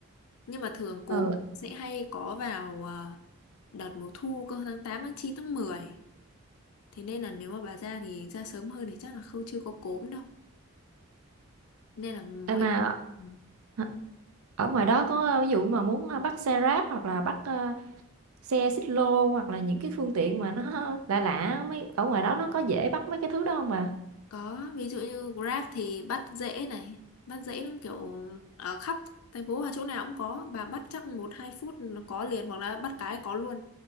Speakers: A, on the left; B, on the right.
A: nhưng mà thường cốm
B: ừ
A: sẽ hay có vào à, đợt mùa thu cơ tháng 8 tháng 9 tháng mười Thế nên là nếu mà bà ra thì ra sớm hơn thì chắc là không chưa có cốm đâu. Nên là mọi
B: em mà
A: người ừ,
B: Hả? Ở ngoài đó có ờ, ví dụ mà muốn ờ, bắt xe ráp hoặc là bắt ờ, xe xích lô hoặc là những cái phương tiện mà nó <laughs> lạ lạ mấy ở ngoài đó nó có dễ bắt mấy cái thứ đó không bà?
A: có ví dụ như Grab thì bắt dễ này, bắt dễ lắm kiểu ở khắp thành phố và chỗ nào cũng có, bà bắt chắc một hai phút là có liền hoặc là bắt cái có luôn.